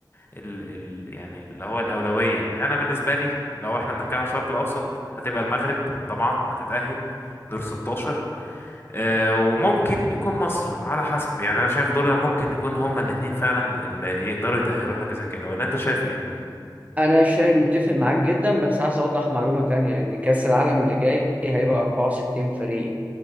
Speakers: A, on the left (about 30°); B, on the right (about 20°).
A: ال ال يعني اللي هو الأولوية يعني انا بالنسبة لي لو احنا بنتكلم على الشرق الاوسط هتبقى المغرب طبعا هتتأهل دور 16 آه، وممكن يكون مصر على حسب يعني انا شايف دول ممكن يكون هما الاتنين فعلا اللي يقدروا يتأهلوا حاجة زي كده ولا انت شايف ايه
B: انا شايف متفق معاك جدا بس عايز اوضح معلومه تانية ان كاس العالم اللي جاي هيبقى 64 فريق